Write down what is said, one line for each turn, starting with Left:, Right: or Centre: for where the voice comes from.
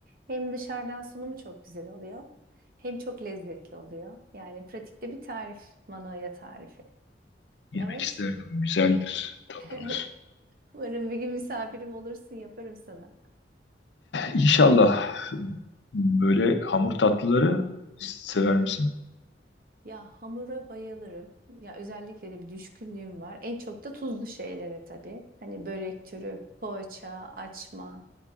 Right: Hem dışarıdan sunumu çok güzel oluyor. Hem çok lezzetli oluyor. Yani pratikte bir tarif. Manoya tarifi.
Left: Yemek
Right: Evet.
Left: isterdim. Güzeldir, tatlıdır.
Right: <laughs> Umarım bir gün misafirim olursun. Yaparım sana.
Left: İnşallah böyle hamur tatlıları sever misin?
Right: Ya hamura bayılırım. Ya özellikle de bir düşkünlüğüm var. En çok da tuzlu şeylere tabii. Hani börek türü, poğaça, açma,